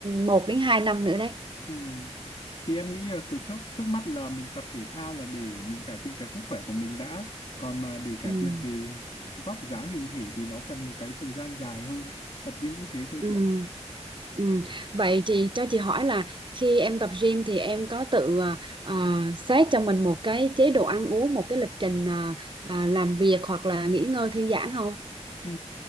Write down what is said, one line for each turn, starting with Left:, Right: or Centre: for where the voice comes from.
Right: một đến 2 năm nữa đấy
Left: ừ thì em nghĩ là kiểu trước trước mắt là mình tập thể thao là để mình cải thiện cái sức khỏe của mình đã còn mà để cải
Right: ừ.
Left: thiện về vóc dáng hình thể thì nó cần một cái thời gian dài hơn tập gym cũng thế thôi
Right: Ừ.
Left: chị ạ
Right: Ừ. Vậy chị cho chị hỏi là khi em tập gym thì em có tự à, à, xét cho mình một cái chế độ ăn uống, một cái lịch trình à, à, làm việc hoặc là nghỉ ngơi thư giãn không?
Left: Ừ.